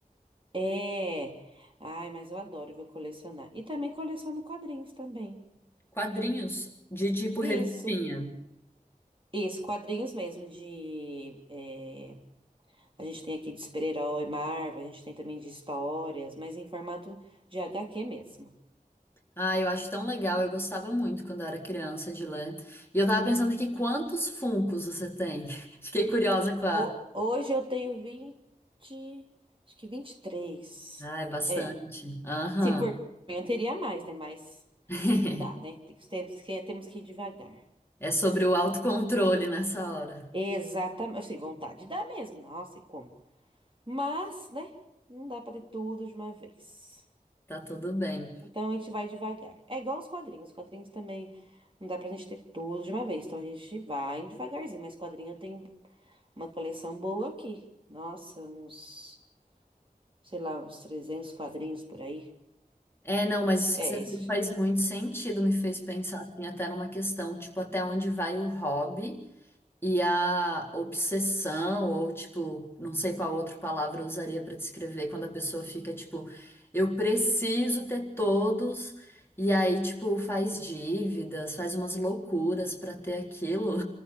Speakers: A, on the right; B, on the left.
A: É. Ai, mas eu adoro ver colecionar. E também coleciono quadrinhos também.
B: Quadrinhos de tipo revistinha.
A: Isso. Isso, quadrinhos mesmo de. é, A gente tem aqui de super-herói, Marvel, a gente tem também de histórias, mas em formato de HQ mesmo.
B: Ah, eu acho tão legal, eu gostava muito quando eu era criança de ler. E eu tava pensando aqui quantos Funkos você tem? <laughs> Fiquei curiosa com a.
A: Ho- hoje eu tenho vinte acho que vinte e três
B: Ah, é bastante.
A: É.
B: Aham.
A: Sim, por mim eu teria mais, né? Mas
B: <laughs>
A: não dá, né? Tem que- Temos que, temos que ir devagar.
B: É sobre o autocontrole nessa hora.
A: Exatamente. Assim, vontade dá mesmo. Nossa, e como? Mas, né? Não dá pra ter tudo de uma vez.
B: Tá tudo bem.
A: Então a gente vai devagar. É igual os quadrinhos. Os quadrinhos também não dá pra gente ter tudo de uma vez. Então a gente vai devagarzinho. Mas quadrinho eu tenho uma coleção boa aqui. Nossa, uns, sei lá, uns 300 quadrinhos por aí.
B: É, não, mas isso
A: É
B: que você falou
A: esse.
B: faz muito sentido, me fez pensar assim, até numa questão, tipo, até onde vai o hobby e a obsessão, ou tipo, não sei qual outra palavra eu usaria pra descrever quando a pessoa fica, tipo, eu preciso ter todos, e aí, tipo, faz dívidas, faz umas loucuras pra ter aquilo.